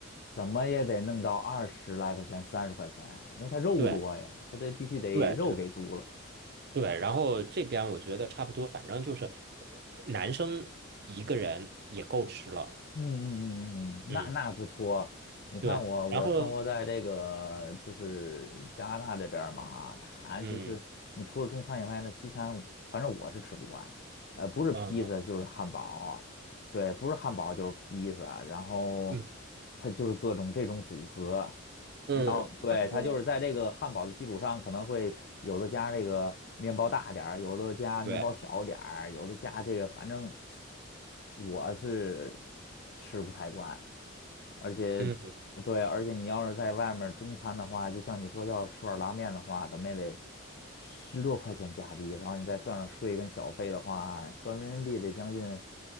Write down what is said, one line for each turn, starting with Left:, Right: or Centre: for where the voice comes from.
Left: 怎么也得弄到二十来块钱三十块钱，因为它肉多呀，
Right: 对
Left: 它得必须得肉给足了。
Right: 对对对，然后这边我觉得差不多，反正就是男生一个人也够吃了，
Left: 嗯嗯嗯嗯，嗯，那那不错。
Right: 嗯，
Left: 你看我，
Right: 对，
Left: 我生活在这个就是加拿大这边儿嘛，
Right: 然后
Left: 它就是你除了中餐以外呢，
Right: 嗯。
Left: 西餐反正我是吃不惯，呃，不是披萨就是汉堡，
Right: 嗯，嗯
Left: 对，不是汉堡就是披萨，然后
Right: 嗯，
Left: 它就是各种这种组合，
Right: 嗯，
Left: 然后对，
Right: 然后
Left: 它就是在这个汉堡的基础上，可能会有的加这个面包大点儿，有的加面包小点儿，
Right: 对，
Left: 有的加这个，反正我是吃不太惯。而且，
Right: 嗯，
Left: 对，而且你要是在外面儿中餐的话，就像你说，要是吃碗拉面的话，怎么也得十多块钱加币，然后你再算上税跟小费的话，合人民币得将近，